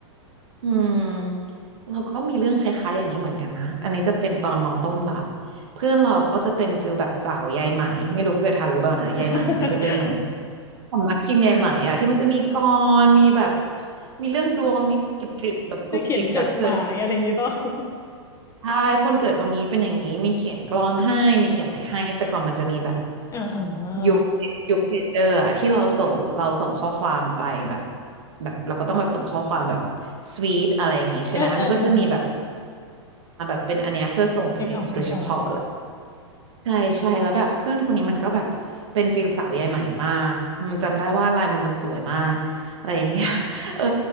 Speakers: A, on the right; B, on the left.
A: อืมเราก็มีเรื่องคล้ายๆอย่างนี้เหมือนกันนะอันนี้จะเป็นตอนมต้นละเพื่อนเราก็จะเป็นฟิลแบบสาวยายไหมไม่รู้เคยทันหรือเปล่านะยายไหมมันจะเป็นเหมือน
B: <laughs>
A: สำนักพิมพ์ยายไหมอะที่มันจะมีกลอนมีแบบมีเรื่องดวงนิดกริบๆแบบกรุบกริบแบบเกิด
B: จะเขียนจดหมายอะไรอย่างงี้เปล่า <laughs>
A: ใช่คนเกิดวันนี้เป็นอย่างนี้มีเขียนกลอนให้มีเขียนอะไรให้ แต่ก่อนมันจะมีแบบ
B: เออเออ
A: ยุคยุคเพจเจอร์อะที่เราส่งเราส่งข้อความไปแบบแบบเราก็ต้องแบบส่งข้อความแบบสวีทอะไรอย่างงี้ใช่ไหมมันก็จะมีแบบ
B: เออเออเออ
A: อ่ะแบบเป็นอันเนี้ยเพื่อส่งเพจโดยเฉพาะ
B: นึกออกนึกออกนึกออก
A: ใช่ใช่แล้วแบบเพื่อนคนนี้มันก็แบบเป็นฟิลสาวยายไหมมากอืมจำได้ว่าลายมือมันสวยมากอะไรอย่างเงี้ย <laughs> เออ